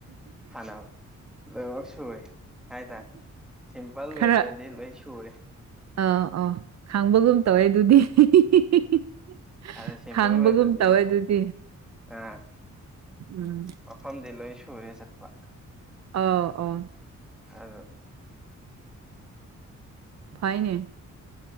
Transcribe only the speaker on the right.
ꯈꯔ
ꯑꯥ ꯑꯥ ꯈꯥꯡꯕꯒꯨꯝ ꯇꯧꯋꯦ ꯑꯗꯨꯗꯤ <unintelligible>
ꯈꯥꯡꯕꯒꯨꯝ
ꯇꯧꯋꯦ ꯑꯗꯨꯗꯤ
ꯎꯝ
ꯑꯥꯎ ꯑꯣ
ꯐꯥꯏꯅꯦ